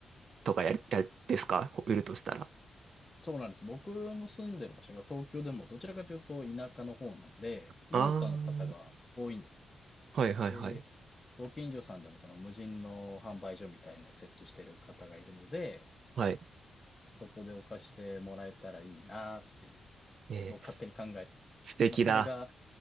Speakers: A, on the right (about 50°); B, on the left (about 15°).
A: とかや、や、ですか売るとしたら。
B: そうなんです。僕の住んでる場所が東京でもどちらかというと田舎の方なんで、
A: あ
B: 農家の方が多いんですよ。
A: あ、はいはいはい。
B: で、ご近所さんでもその無人の販売所みたいのを設置してる方がいるので、
A: はい。
B: そこでお貸してもらえたらいいなっていう
A: えー、
B: のを勝手に考えてます。
A: す、素敵だ。
B: まあ、それが